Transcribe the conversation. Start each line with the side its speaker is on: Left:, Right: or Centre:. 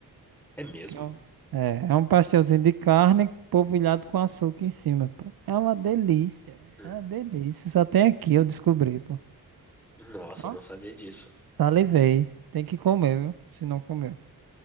Centre: é mesmo?
Right: Que é, um, é, é um pastelzinho de carne polvilhado com açúcar em cima, pô. É uma delícia, velho.
Centre: Hum.
Right: É uma delícia. Só tem aqui, eu descobri, pô.
Centre: Nossa,
Right: Ó,
Centre: eu não sabia disso.
Right: salivei. Tem que comer, viu? Se não comeu.